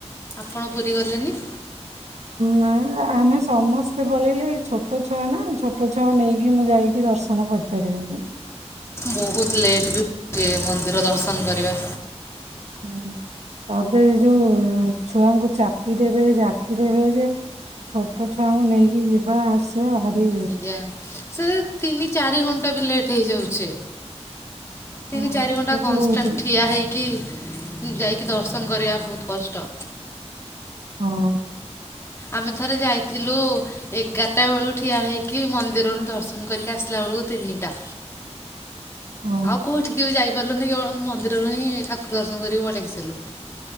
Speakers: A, on the left; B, on the right.
A: ଆପଣ ପୁରୀ ଗଲେନି?
B: ନା ଆମେ ସମସ୍ତେ ପଳେଇଲେ ଛୋଟ ଛୁଆ ନା ଛୋଟ ଛୁଆଙ୍କୁ ନେଇକି ମୁଁ ଯାଇକି ଦର୍ଶ ନ କରିପାରିବିନି।
A: ବହୁତ ଲେଟ୍ ବି ମନ୍ଦିର ଦର୍ଶନ କରିବା।
B: ହୁଁ ତାପରେ ଏଇ ଯୋଉ ଛୁଆଙ୍କୁ ଚାପି ଦେବେ ଯାକି ଦେବେ ଯେ ଛୋଟ ଛୁଆଙ୍କୁ ନେଇକି ଯିବା ଆସ ସିବା ଭାରି
A: ଆଜ୍ଞା ସେ ତିନି ଚାରି ଘଣ୍ଟା ବି ଲେଟ୍ ହେଇଯାଉଛେ। ତିନି
B: ହଁ
A: ଚାରି
B: ଏବେ
A: ଘଣ୍ଟା
B: ତ
A: କନ୍ଷ୍ଟାନ୍ଟ
B: ବହୁତ
A: ଠିଆ ହେଇକି ଯାଇକି ଦର୍ଶନ କରିବା ବହୁତ କଷ୍ଟ।
B: ହଁ।
A: ଆମେ ଥରେ ଯାଇଥିଲୁ ଏଗାରଟା ବେଳୁ ଠିଆ ହେଇକି ମନ୍ଦିରରୁ ଦର୍ଶନ କରିକି ଆସିଲା ବେଳକୁ ତିନିଟା।
B: ହଁ
A: ଆଉ କୋଉଠିକି ବି ଯାଇପାରିଲୁନି କେବଳ ମନ୍ଦିରରୁ ହିଁ ଠାକୁର ଦର୍ଶନ କରିକ ପଳେଇ ଆସିଲୁ।